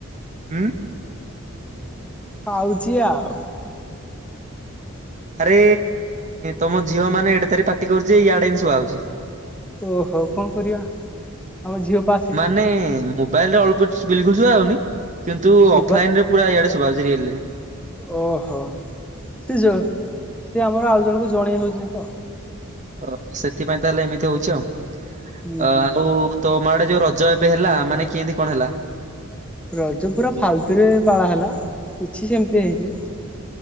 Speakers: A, on the right (about 35°); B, in the centre.
A: ହୁଁ।
B: ଖାଉଛି ଆଉ।
A: ଆରେ ତମ ଝିଅ ମାନେ ଏଡେ ତାରିଖ ପାଟି କରୁଛିଇଆଡେ ବି ଶୁଭା ହଉଛି।
B: ଓହୋ କଣ କରିବା। ଆମ ଝିଅ ପା ସେ
A: ମାନେ ମୋବାଇଲରେ ଅଳ୍ପ ବିଲକୁଲ ଶୁଆ ହଉନି। କିନ୍ତୁ
B: ଶୁଭା
A: ଅଫଲାଇନ ରେ ପୁରା ଇଆଡେ ଶୁଭାଭଛି ରିଲ ରେ।
B: ଓହୋ ସି ଯ ସି ଆମର ଆଉ ଜଣଙ୍କୁ ଜଣେଇ ହଉଛନ୍ତି ତ।
A: ଅ ସେଥିପାଇଁ ତାହେଲେ ଏମିତି ହଉଛି ଆଉ
B: ହୁଁ ହୁଁ
A: ଆଉ ତୋ ମା ଆଡେ ଯୋଉ ରଜ ଏବେ ହେଲା ମାନେ କେମିତି କଣ ହେଲା?
B: ରଜ ପୁରା ଫାଲତୁରେ ପାଳା ହେଲା କିଛି ସେମିତି ହେଇନି।